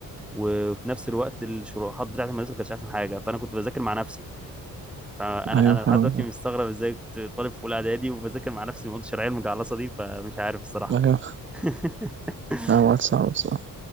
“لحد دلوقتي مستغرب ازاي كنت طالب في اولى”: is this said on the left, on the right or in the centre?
Centre